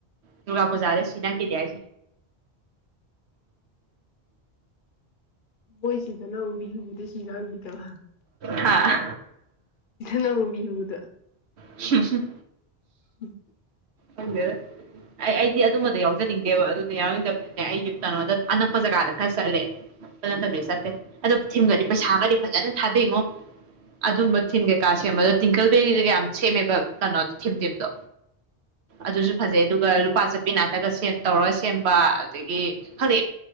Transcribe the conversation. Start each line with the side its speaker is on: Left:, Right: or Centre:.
Right: ꯇꯗꯨꯒꯥꯄꯨꯖꯗ ꯁꯤꯅꯥ ꯀꯗ
Left: ꯃꯣꯏꯁꯤꯗꯅꯪ ꯕꯤꯍꯨꯕꯨꯗ ꯁꯤꯔꯥꯡꯕꯤꯗꯕ
Right: ꯍꯥꯥ
Left: ꯅꯕꯤꯍꯎꯗ
Right: ꯍꯝ ꯍꯝ
Left: ꯎꯝ
Right: ꯈꯪꯗꯦ ꯑꯩ ꯑꯩꯗꯤ ꯑꯗꯨꯝꯕꯗꯣ ꯌꯥꯎꯖꯅꯤꯡꯗꯦꯕ ꯑꯗꯨꯗ ꯌꯥꯎꯅꯤꯡꯗꯕꯅꯤꯅꯦ ꯑꯩꯁꯨ ꯀꯩꯅꯣꯗ ꯑꯅꯛꯄ ꯖꯒꯥꯗ ꯈꯔ ꯆꯠꯂꯦ ꯁꯦ ꯑꯗꯨ ꯊꯤꯤꯟꯒꯗꯤ ꯄꯩꯁꯥꯒꯗꯤ ꯐꯖꯅ ꯊꯥꯗꯩꯉꯣ ꯑꯗꯨꯝꯕ ꯊꯤꯟ ꯀꯩꯀꯥ ꯁꯦꯝꯕꯗꯣ ꯇꯤꯡꯀꯜ ꯕꯦꯔꯤꯒ ꯌꯥꯝ ꯁꯦꯝꯃꯦꯕ ꯀꯩꯅꯣꯗꯣ ꯊꯤꯝ ꯊꯤꯝꯗꯣ ꯑꯗꯨꯁꯨ ꯐꯖꯩ ꯑꯗꯨꯒ ꯑꯄꯥ ꯆꯠꯄꯤ ꯅꯥꯠꯇꯒ ꯁꯦꯝ ꯇꯧꯔꯒ ꯁꯦꯝꯕ ꯑꯗꯒꯤ ꯍꯧꯖꯤꯛ